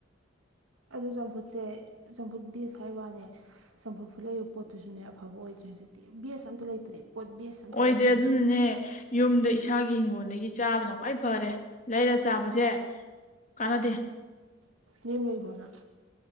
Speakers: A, on the right (about 80°); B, on the left (about 35°).
A: ꯑꯗꯨ ꯆꯝꯐꯨꯠꯁꯦ ꯆꯝꯐꯨꯠ ꯗꯦꯁ ꯍꯥꯏꯕꯋꯥꯅꯦ ꯆꯝꯐꯨꯠ ꯐꯨꯠꯂꯛꯏꯕ ꯄꯣꯠꯇꯨꯁꯨꯅꯦ ꯑꯐꯕ ꯑꯣꯏꯗ꯭ꯔꯦ ꯍꯧꯖꯤꯛꯇꯤ ꯕꯦꯁ ꯑꯝꯇ ꯂꯩꯇ꯭ꯔꯦ ꯄꯣꯠ ꯕꯦꯁ ꯑꯝꯇ
B: ꯑꯣꯏꯗ꯭ꯔꯦ
A: ꯂꯩꯇ꯭ꯔꯦ
B: ꯑꯗꯨꯅꯅꯦ
A: ꯍꯧꯖꯤꯛ
B: ꯌꯨꯝꯗ ꯏꯁꯥꯒꯤ ꯍꯤꯡꯒꯣꯜꯗꯒꯤ ꯆꯥꯕꯅ ꯈ꯭ꯋꯥꯏ ꯐꯔꯦ ꯂꯩꯔ ꯆꯥꯕꯖꯦ ꯀꯥꯟꯅꯗꯦ
A: ꯌꯨꯝ ꯂꯩꯕꯔꯣ ꯅꯪ